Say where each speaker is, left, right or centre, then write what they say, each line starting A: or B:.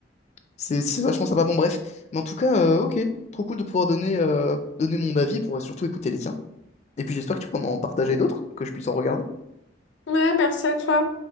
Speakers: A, on the left; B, on the left.
A: c'est- c'est vachement sympa. Bon, bref. Mais en tout cas, euh, ok, trop cool de pouvoir donner, euh, donner mon avis pour surtout écouter les tiens. Et puis j'espère que tu pourras m'en partager d'autres, que je puisse en regarder.
B: Ouais, merci à toi.